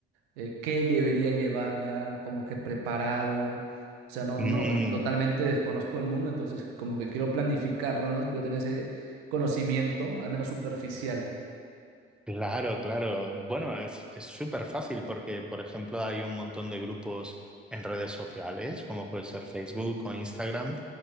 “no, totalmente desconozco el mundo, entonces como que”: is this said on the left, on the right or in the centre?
Right